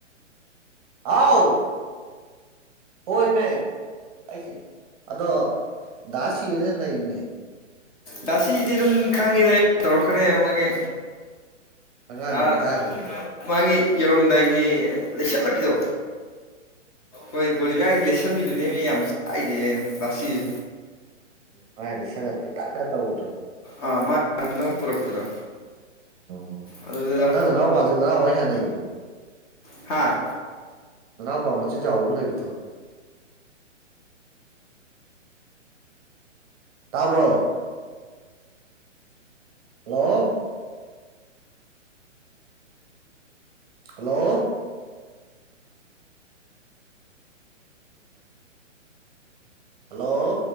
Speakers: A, on the right; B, on the left.
A: ꯍꯥꯎ ꯍꯣꯏꯑꯃꯦ ꯑꯩꯁꯦ ꯑꯗꯣ ꯗꯥꯁꯤꯕꯅ ꯅꯩꯃꯦ
B: ꯗꯥꯁꯤꯗꯤ ꯑꯗꯨꯝ ꯈꯪꯉꯤꯗ ꯑꯩ ꯇꯧꯔꯛꯀꯅꯤꯕ ꯃꯥꯒꯤ
A: ꯑꯉꯥꯡ
B: ꯑꯥ
A: ꯅꯤꯡꯊꯥ ꯈꯪꯉꯦꯕ
B: ꯃꯥꯒꯤ ꯌꯧꯔꯝꯗꯥꯏꯒꯤ ꯂꯩꯁꯜꯂꯛꯄꯤꯗꯣ ꯍꯣꯏ ꯒꯣꯂꯤꯌꯥꯏꯒꯤ ꯂꯩꯁꯟꯕꯤꯗꯨꯅꯦ ꯑꯩꯅ ꯌꯥꯝ ꯆꯥꯛꯏꯁꯦ ꯑꯩꯅ ꯗꯥꯁꯤꯖꯦ
A: ꯃꯥꯏ ꯂꯩꯁꯜꯂꯛꯄꯩ ꯇꯥ ꯇꯥ ꯇꯧꯕꯗꯣ
B: ꯑꯥꯑ ꯃꯥꯏ ꯉꯝꯅꯕ ꯄꯨꯔꯛꯄꯗꯣ
A: ꯎꯝ
B: ꯑꯗꯨꯗ
A: ꯅꯪ ꯅꯅꯥꯎ ꯄꯥꯖꯨ ꯉꯔꯥꯡ ꯋꯥꯔꯤ ꯁꯥꯅꯩꯌꯦ
B: ꯍꯥꯥꯑ
A: ꯅꯅꯥꯎꯄꯥ ꯃꯆꯤꯟ ꯆꯥꯎꯕ ꯑꯃ ꯂꯩꯕꯗꯣ ꯇꯥꯕ꯭ꯔꯣ ꯍꯜꯂꯣꯑꯣ ꯍꯜꯂꯣꯑꯣ ꯍꯜꯂꯣꯑꯣ